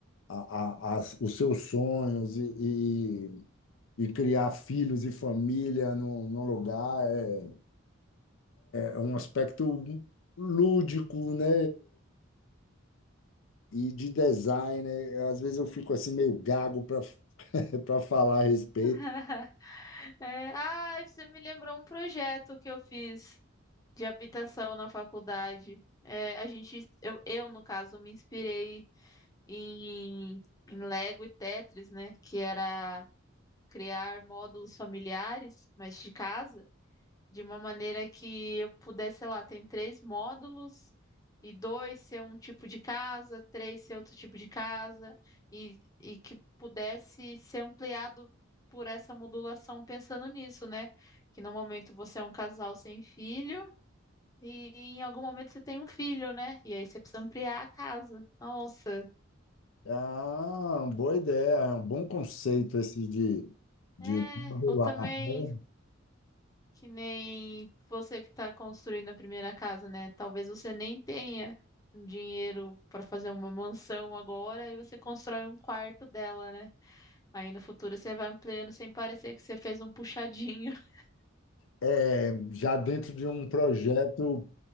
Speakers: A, on the left; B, on the left.
A: a, a, as- os seus sonhos e, e, e criar filhos e família num, num lugar é é um aspecto lúdico, né? E de design, né? Às vezes eu fico assim meio gago para <laughs> para falar a respeito.
B: <laughs> É, ah, você me lembrou um projeto que eu fiz de habitação na faculdade. É, a gente, eu, eu, no caso, me inspirei em, em Lego e Tetris, né? Que era criar módulos familiares, mas de casa. de uma maneira que eu pudesse, sei lá, tem três módulos e dois ser um tipo de casa, três ser outro tipo de casa e, e que pudesse ser ampliado por essa modulação pensando nisso, né? Que no momento você é um casal sem filho e em algum momento você tem um filho, né? E aí você precisa ampliar a casa. Nossa,
A: Ah, uma boa ideia, é um bom conceito esse de, de
B: é,
A: modular,
B: eu também
A: né?
B: Que nem você que está construindo a primeira casa, né? Talvez você nem tenha um dinheiro para fazer uma mansão agora e você constrói um quarto dela, né? Aí no futuro você vai ampliando sem parecer que você fez um puxadinho. <laughs>
A: É, já dentro de um projeto